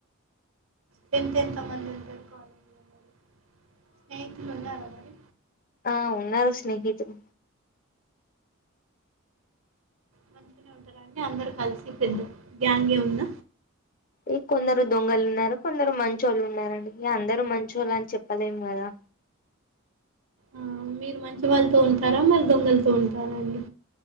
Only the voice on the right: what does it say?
టెన్త్ ఎంత మంది ఉంటారు కాలేజ్లో మరి స్నేహితులు ఉన్నారా మరి
మంచిగానే ఉంటారు అండి అందరు కలిసి పెద్ద గ్యాంగ్ ఏ ఉన్న
ఆ మీరు మంచి వాళ్ళుతో ఉంటారా మరి దొంగలుతో ఉంటారా అండి